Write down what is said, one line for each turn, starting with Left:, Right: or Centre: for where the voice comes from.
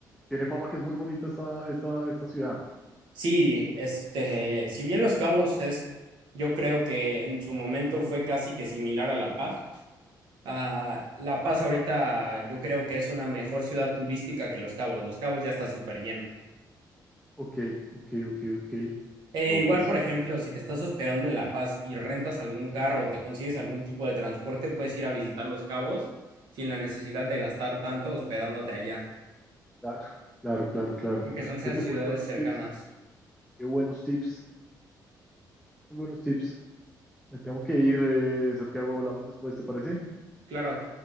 Centre: Tiene fama que es muy bonita esta, esta, esta ciudad.
Right: Sí, este, si bien Los Cabos es, yo creo que en su momento fue casi que similar a La Paz. ah, La Paz ahorita yo creo que es una mejor ciudad turística que Los Cabos. Los Cabos ya está súper lleno.
Centre: Ok, ok, ok, ok.
Right: E
Centre: No,
Right: igual,
Centre: pues,
Right: por ejemplo, si te estás hospedando en La Paz y rentas algún carro o te consigues algún tipo de transporte, puedes ir a visitar Los Cabos sin la necesidad de gastar tanto hospedándote allá,
Centre: claro, claro, claro, claro.
Right: porque son ciudades
Centre: Oye, muy buenos
Right: cercanas.
Centre: tips. Qué buenos tips, muy buenos tips. Me tengo que ir, eh, Santiago, hablamos después, ¿te parece?
Right: Claro.